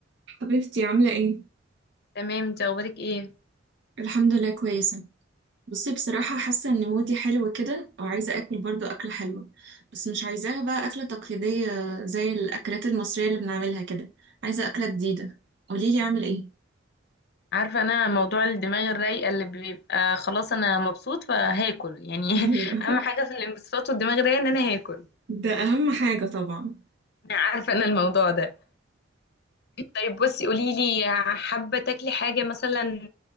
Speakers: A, on the right (about 65°); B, on the left (about 55°).
A: حبيبتي عاملة ايه؟
B: تمام انت اخبارك ايه
A: الحمد لله كويسة بصي بصراحة حاسة ان مودي حلو كده وعايزة اكل برضو اكلة حلوة بس مش عايزاها بقى اكلة تقليدية زي الاكلات المصرية اللي بنعملها كده عايزة اكلة جديدة قوليلي اعمل ايه؟
B: عارفه انا موضوع الدماغ الرايقه اللي بيبقى خلاص انا مبسوط فهاكل يعني <laughs>
A: <laughs> ايوه
B: اهم حاجه في الانبساط والدماغ الرايقه ان انا هاكل
A: ده اهم حاجة طبعا
B: انا عارفه انا الموضوع ده طيب بصي قولي لي حابه تاكلي حاجه مثلا